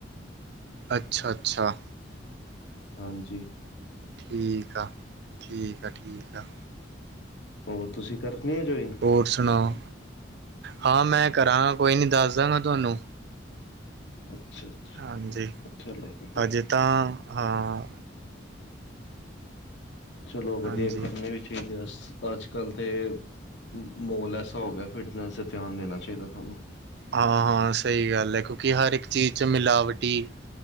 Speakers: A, on the right (about 60°); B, on the left (about 70°).
A: ਅੱਛਾ- ਅੱਛਾ
B: ਹਾਂਜੀ
A: ਠੀਕ ਆ, ਠੀਕ ਆ, ਠੀਕ ਆ।
B: ਹੋਰ ਤੁਸੀਂ ਕਰਨੀ ਆ ਜੁਆਇਨ।
A: ਹੋਰ ਸੁਣਾਓ ਹਾਂ ਮੈਂ ਕਰਾਂਗਾ ਕੋਈ ਨੀ ਦੱਸ ਦਾਂਗਾ ਤੁਹਾਨੂੰ।
B: ਅੱਛਾ। ਅੱਛਾ
A: ਹਾਂਜੀ।
B: ਚਲੋ ਵਧੀਆ
A: ਹਜੇ ਤਾਂ ਹਾਂ।
B: ਚਲੋ ਵਧੀਆ
A: ਹਾਂਜੀ
B: ਕਰਨੀ ਵੀ ਚਾਹੀਦੇ ਆ। ਅੱਜ ਕੱਲ੍ਹ ਤੇ ਮਾਹੌਲ ਐਸਾ ਹੋ ਗਿਆ ਫਿਟਨੈਸ 'ਤੇ ਧਿਆਨ ਦੇਣਾ ਚਾਹੀਦਾ ਸਾਨੂੰ।
A: ਹਾਂ- ਹਾਂ ਸਹੀ ਗੱਲ ਹੈ। ਕਿਉਂਕਿ ਹਰ ਇੱਕ ਚੀਜ਼ 'ਚ ਮਿਲਾਵਟ ਹੀ।